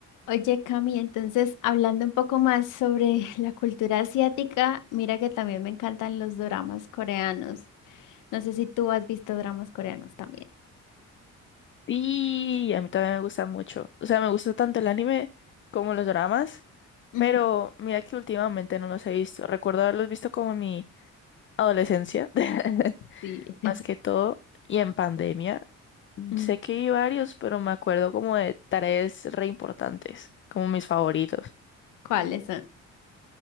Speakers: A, on the left; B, on the left.
A: Oye, Cami, entonces hablando un poco más sobre <laughs> la cultura asiática, mira que también me encantan los doramas coreanos. No sé si tú has visto dramas coreanos también.
B: Y a mí también me gusta mucho. O sea, me gusta tanto el anime como los dramas,
A: Ujú.
B: pero mira que últimamente no los he visto. Recuerdo haberlos visto como en mi adolescencia, <laughs>
A: Sí. <laughs>
B: más que todo, y en pandemia.
A: Mm,
B: Sé que vi varios, pero me acuerdo como de tareas re importantes, como mis favoritos.
A: ¿Cuáles son?